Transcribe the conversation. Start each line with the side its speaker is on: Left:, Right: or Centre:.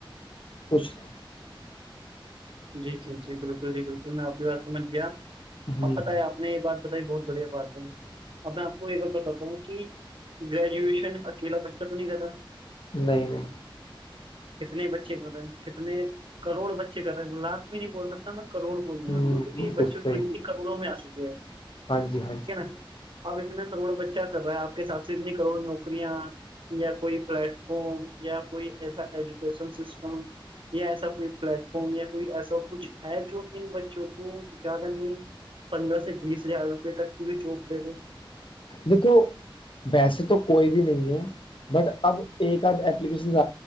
Left: کچھ نہیں
Right: جی ٹیھک جی بالکل جی بالکل میں آپ کی بات سمجھ گیا
Left: ہ
Right: آپ پتہ ہے آپ نے یہ بات بتائے بہت بڑھیا بات ہے اب میں آپ کو یہ بات بتاتا ہوں کہ گریجویشن اکیلا بچہ تو نہیں کرتا
Left: نہیں نہیں
Right: کتنے بچے کر رہ ہیں کتنے کروڑ بچے کرتے لاکھ میں نہیں بول سکتا میں کروڑ بولوں
Left: ہوں
Right: گا کیوںک کہ
Left: بالکل
Right: بچے
Left: صحیح
Right: گنتی کروڑوں میں آ چکے ہیں ٹھیک
Left: ہاں جی ہاں جی
Right: ہے نا
Left: ہاں جی
Right: آپ اتنا کروڑ بچہ کر رہے ہیں آپ کے حساب سے اتنی کروڑ نوکریاں یا کوئی پلیٹ فارم یا کوئی ایسا ایجوکیشن سسٹم یا ایسا کوئی پلیٹ فارم یا کوئی ایسا کچھ ہے جو ان بچوں کو زیادہ نہیں پندرہ سے بیس ہزار روپے تک کی بھی چوک دے گئی
Left: دیکھو ویسے تو کوئی بھی نہیں ہے بٹ اب ایک آد اپلیکیشن